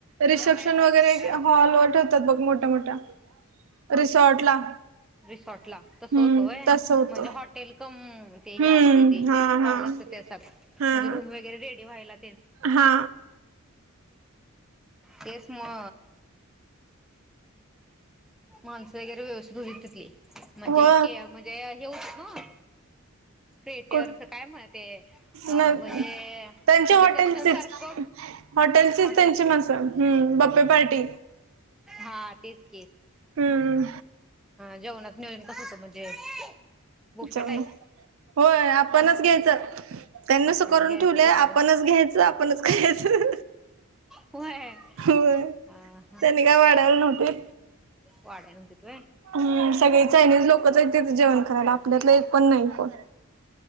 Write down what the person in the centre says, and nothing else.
त्यात आहे की
मॅग्नेट
आहे खाली.
रिसॉर्ट ला
तस होतोय
म्हणजे हॉटेल कम ते हे
असते ते
हॉल
असते ते स म्हणजे
रूम वगैरे रेडी वयला
केस मा माणसं वगैरे व्यवस्थित होती तिथली म्हणजे
के म्हणजे हे होत ना क्रट
अस काय म्हणते म्हणजे
रिसेप्शन सारख
हॉटेल
आर्टिस्ट हा
जेवणा नियोजन कसं होतं म्हणजे बुफपेटा
आहे
आपणच
घ्यायचं
वाढून
होय
हा हा
वाढ्या नवतीेतोय